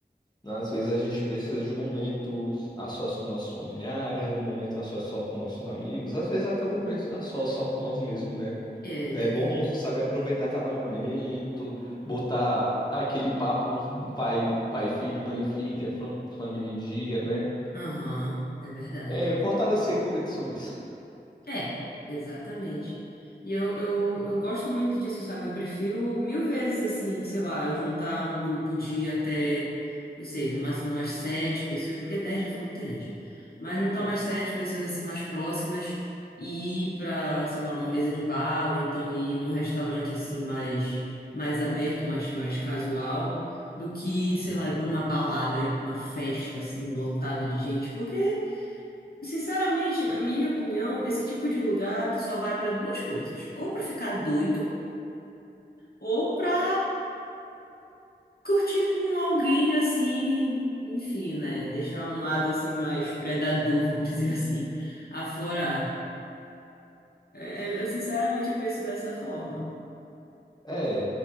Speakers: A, on the left (about 25°); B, on the left (about 60°).
A: Às vezes a gente precisa de um momento a sós com nossos familiares, um momento a sós só com nossos amigos, às vezes até um momento a sós só com nós mesmos, né?
B: É
A: É
B: verdade.
A: bom saber aproveitar cada momento, botar aquele papo um pai, pai, e filho, mãe, e filha, fam- família em dia, né?
B: Aham, é verdade.
A: É fortalecer conexões.
B: É, exatamente. E eu, eu, eu gosto muito disso, sabe? Eu prefiro mil vezes, assim, sei lá, eu juntar um grupo de até, não sei, no máximo umas sete pessoas, porque dez já fica muita gente. Mas juntar
A: Sim,
B: umas sete pessoas, assim, mais próximas e ir pra, sei lá, uma mesa de bar, ou então ir num restaurante, assim, mais, mais aberto, mais, mais casual, do que,
A: sim.
B: sei lá, ir pra uma balada, ir pra uma festa, assim, lotado de gente, porque. Sinceramente, na minha opinião, esse tipo de lugar tu só vai pra duas coisas: ou pra ficar doido, ou pra curtir com alguém assim, enfim, né? Deixar um lado assim mais predador, <laughs> vamos dizer assim, aflorar. É, Eu, eu, sinceramente eu penso dessa forma.
A: É,